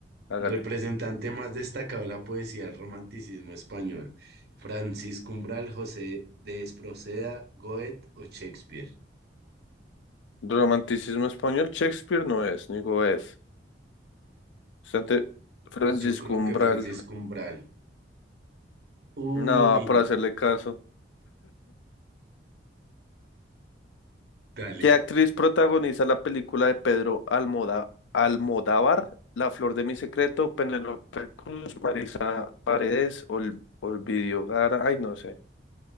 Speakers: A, on the left; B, on the right.
A: Hágale.
B: representante más destacado de la poesía del romanticismo español. Francisco Umbral, José de Esproceda, Goethe o Shakespeare.
A: Romanticismo español, Shakespeare no es, ni es. Sante Francisco
B: Yo creo
A: Umbral.
B: que Francisco Umbral. Uy,
A: No, por
B: no,
A: hacerle caso.
B: dale.
A: ¿Qué actriz protagoniza la película de Pedro Almoda- Almodóvar? La flor de mi secreto, Penélope Cruz, Marisa Paredes, Ol- Olvidio Gara. Ay, no sé.